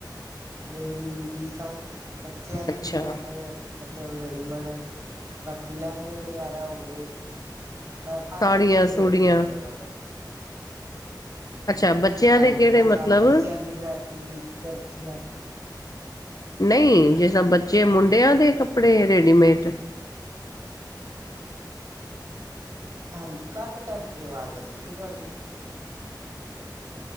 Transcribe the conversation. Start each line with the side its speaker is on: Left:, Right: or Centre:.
Right: ਲੇਡੀਜ਼ ਵੀ ਸਭ। ਬੱਚਿਆਂ ਦੇ
Left: ਅੱਛਾ-ਅੱਛਾ
Right: ਵੀ ਇਹ ਨੇ ਮਤਲਬ ਰੇਡੀਮੇਡ ਬਾਕੀ ਲੈਗੇ ਵਗੈਰਾ ਹੋ ਗਏ ਮ ਹਰ
Left: ਸਾੜੀਆਂ
Right: ਇੱਕ ਚੀਜ਼
Left: ਸੂੜੀਆਂ
Right: ਰੱਖੀ ਹੋਈ ਉਹਨਾਂ ਨੇ।
Left: ਅੱਛਾ ਬੱਚਿਆਂ
Right: ਹਾਂਜੀ
Left: ਦੇ ਕਿਹੜੇ ਮਤਲਬ
Right: ਸਭ ਬੱਚਿਆਂ ਦੀ ਵਰਾਇਟੀ ਜਰਸੀਆਂ
Left: ਨਹੀਂ ਜੇ ਤਾਂ ਬੱਚੇ ਮੁੰਡਿਆਂ ਦੇ ਕੱਪੜੇ ਰੈਡੀਮੇਡ
Right: ਹਾਂਜੀ ਕਟ ਕਟ ਕੇ ਆਵਾਜ਼ ਆਉਂਦੀ ਪਈ ਤੁਹਾਡੀ